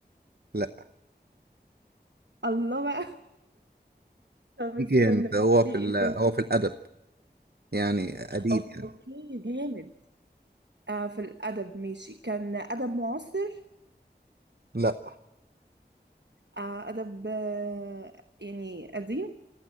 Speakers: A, on the right; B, on the right.
A: لا
B: <laughs> الله بقى طب
A: ليكي
B: استنى
A: انت هو
B: في
A: في
B: ايه
A: ال... هو
B: تاني
A: في الادب يعني قديم
B: اوكي
A: يعني
B: جامد آه في الادب ماشي كان ادب معاصر
A: لا
B: آه ادب آه يعني قديم